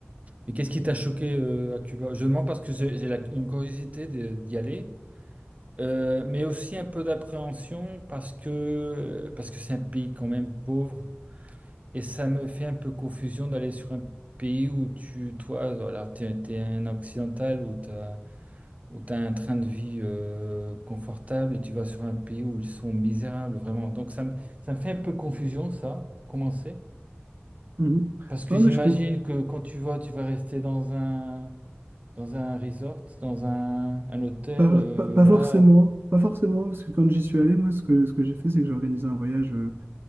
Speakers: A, on the right; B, on the right.
A: Mais qu'est-ce qui t'a choqué euh, à Cuba? Je demande parce que j'ai j'ai la- une curiosité de- d'y aller, euh, mais aussi un peu d'appréhension parce que parce que c'est un pays quand même pauvre Et ça me fait un peu confusion d'aller sur un pays où tu, toi, alors t'es, t'es un occidental où t'as, où t'as un train de vie euh, confortable et tu vas sur un pays où ils sont misérables, vraiment. Donc ça me, ça me fait un peu confusion, ça, pour commencer.
B: Mhm.
A: Parce que
B: Non,
A: j'imagine
B: mais je com-
A: que quand tu vas, tu vas rester dans un, dans un resort, dans un, un hôtel,
B: pas,
A: euh,
B: pas, pas
A: voilà,
B: forcément, pas forcément, parce que quand j'y suis allé, moi, ce que, ce que j'ai fait, c'est que j'ai organisé un voyage. euh,